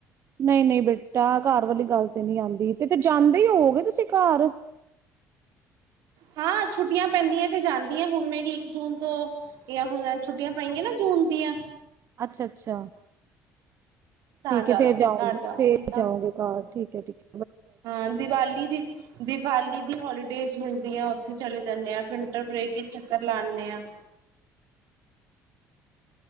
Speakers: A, on the right (about 50°); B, on the right (about 75°).
A: ਨਹੀਂ ਨਹੀਂ ਬੇਟਾ ਘਰ ਵਾਲੀ ਗੱਲ ਤੇ ਨੀ ਆਂਦੀ ਤੇ ਫੇਰ ਜਾਂਦੇ ਈ ਹੋਓਗੇ ਤੁਸੀਂ ਘਰ?
B: ਹਾਂ ਛੁੱਟੀਆਂ ਪੈਂਦੀਆਂ ਤੇ ਜਾਂਦੀ ਆਂ, ਹੁਣ ਮੇਰੀ ਇੱਕ ਜੂਨ ਤੋਂ ਇਹ ਆ ਹੁਣ ਛੁੱਟੀਆਂ ਪੈਂਗੀਆਂ ਨਾ ਜੂਨ ਦੀਆਂ
A: ਅੱਛਾ ਅੱਛਾ।
B: ਤਾਂ
A: ਠੀਕ
B: ਜਾਵਾਂਗੀ
A: ਐ, ਫੇਰ ਜਾਓਗੇ,
B: ਘਰ ਜਾਵਾਂਗੀ
A: ਫੇਰ
B: ਤਾਂ
A: ਜਾਉਗੇ ਘਰ, ਠੀਕ ਐ ਠੀਕ ਐ।
B: ਹਾਂ ਦੀਵਾਲੀ ਦੀ, ਦੀਵਾਲੀ ਦੀ ਹੋਲੀਡੇਜ਼ ਮਿਲਦੀ ਆ, ਉੱਥੇ ਚਲੇ ਜਾਂਨੇ ਆਂ, ਫਿਰ ਵਿੰਟਰ ਬ੍ਰੇਕ ਵਿੱਚ ਚੱਕਰ ਲਾ ਆਨੇ ਆਂ।